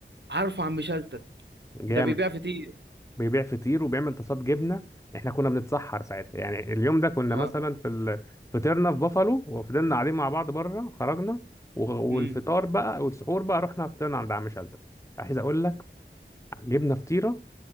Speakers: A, on the right; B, on the left.
A: عارفه عم شلتت
B: جامد
A: ده بيبيع فطير
B: بيبيع فطير وبيعمل طاسات جبنه احنا كنا بنتسحر ساعتها يعني اليوم ده كنا
A: اه
B: مثلا في ال... فطرنا في بافالو وفضلنا قاعدين مع بعض بره خرجنا و... والفطار
A: امم
B: بقى والسحور بقى رحنا فطرنا عند عم شلتت عايز اقول لك جبنا فطيره